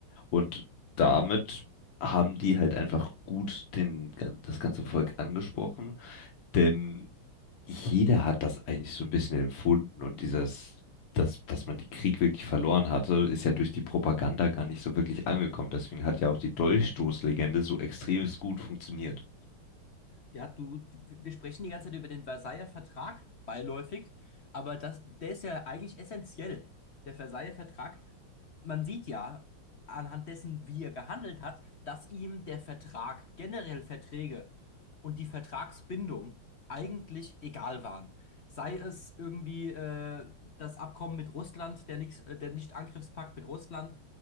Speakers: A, on the left (about 85°); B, on the left (about 50°).
A: Und damit haben die halt einfach gut den, das ganze Volk angesprochen, denn jeder hat das eigentlich so ein bisschen empfunden und dieses, dass, dass man den Krieg wirklich verloren hatte, ist ja durch die Propaganda gar nicht so wirklich angekommen. Deswegen hat ja auch die Dolchstoßlegende so extremst gut funktioniert.
B: Ja, du, du- wir sprechen die ganze Zeit über den Versailler Vertrag, beiläufig, aber das, der ist ja eigentlich essentiell. Der Versailler Vertrag man sieht ja anhand dessen, wie er gehandelt hat, dass ihm der Vertrag, generell Verträge und die Vertragsbindung eigentlich egal waren. Sei es irgendwie äh, das Abkommen mit Russland, der, Nix- äh, der Nicht-Angriffspakt mit Russland